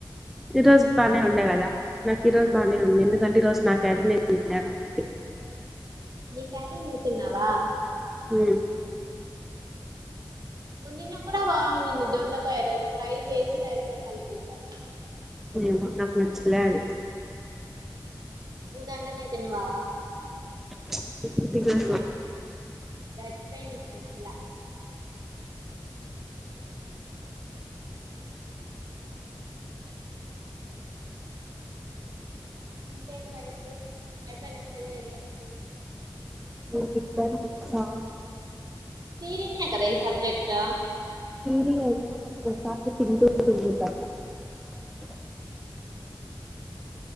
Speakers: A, in the centre; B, on the right (about 55°).
A: ఈ రోజు బానే ఉండే కదా నాకు ఈ రోజు బానే ఉంది ఎందుకంటే ఈ రోజు నా క్యారీ నేను తిన్నా కాబట్టి
B: నీ క్యారీ నువ్వు తిన్నావా
A: ఊ
B: మొ నిన్న కూడా బాగుండింది దొండకాయ రైస్ ఫ్రై చేసి రైస్ లో కలిపేసారు
A: ఏమో నాకు నచ్చలే అది
B: నువ్వు దొండకాయ తినవా
A: ప్చ్ తినను
B: దట్స్ వై నీకు నచ్చల ఇకేం బయిసు అయిపోయినా చదివేది
A: నాకు బిగ్బెని పిస్తంది
B: తీరినే కదా ఈ సబ్జెక్టు
A: తీరి కాదు కదా మొత్తం సబ్జెక్టు <unintelligible>